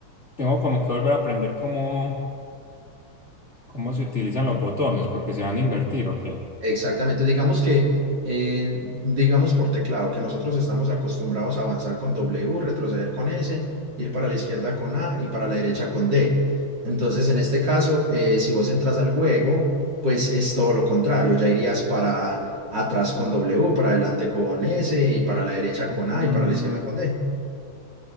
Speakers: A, on the left; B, on the right.
A: tengo como que volver a aprender cómo, cómo se utilizan los botones, porque se van a invertir, ¿o qué?
B: Exactamente, digamos que, eh, digamos por teclado, que nosotros estamos acostumbrados a avanzar con W, retroceder con S, ir para la izquierda con A y para la derecha con D. Entonces, en este caso, eh, si vos entras al juego, pues es todo lo contrario, ya irías para atrás con W, para adelante con S y para la derecha
A: Mm.
B: con A y para la izquierda con D.